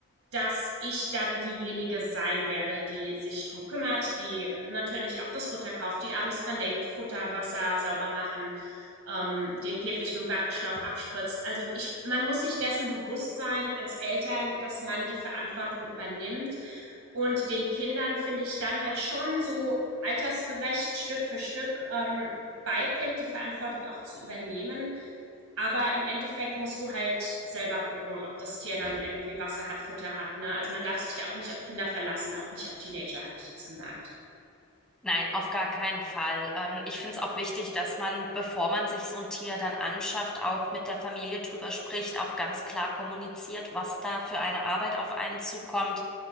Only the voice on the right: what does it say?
dass ich dann diejenige sein werde, die sich drum kümmert, die natürlich auch das Futter kauft, die abends dran denkt, Futter, Wasser sauber machen, ähm, den Käfig mit dem Gartenschlauch abspritzt. Also ich, man muss sich dessen bewusst sein als Eltern, dass man die Verantwortung übernimmt und den Kindern finde ich dann halt schon so altersgerecht Stück für Stück ähm, beibringt, die Verantwortung auch zu übernehmen aber im Endeffekt musst du halt selber gucken, ob das Tier dann irgendwie Wasser hat, Futter hat. Ne? Also man darf sich da auch nicht auf Kinder verlassen, auch nicht auf Teenager, habe ich jetzt gemerkt.